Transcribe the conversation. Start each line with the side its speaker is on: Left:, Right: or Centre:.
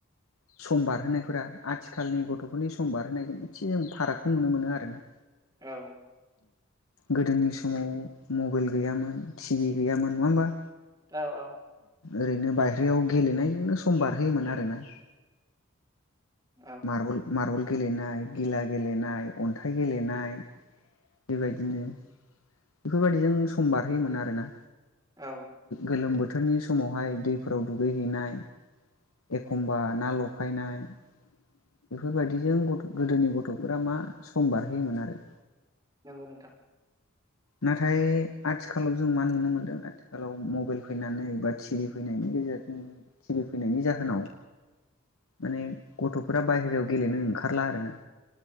Left: समबारहायफोरा आथिखालनि गथ'फोरनि सम बारहोनायजों एसे जों फारागखौ नुनो मोनो आरोना
Right: औ
Left: गोदोनि समाव मबाइल गैयामोन टिभि गैयामोन नङा होमबा
Right: औ - औ
Left: ओरैनो बायहेरायाव गेलेनायजोंनो सम बारहोयोमोन आर ना
Right: औ
Left: मार्बल - मार्बल गेलेनाय, गिला गेलेनाय अन्थाइ गेलेनाय बेबायदिनो बेफोरबायदिदिजों सम बारहोयोमोन आरोना
Right: औ
Left: गोलोम बोथोरनि समावहाय दैफोराव दुगैहैनाय एखमबा ना लफायनाय बेफोरबायदिजों गथ' गोदोनि गथ'फोरा मा सम बारहोयोमोन आरो
Right: नंगौ नोंथां
Left: नाथाय आथिखालाव जों मा नुनो मोनदों आथिखालाव मबाइल फैनानै बा टि भि फैनायनि फैनायनि जाहोनाव म गथ' फुरा बायहेरायाव गेलेनो ओंखारला आरोना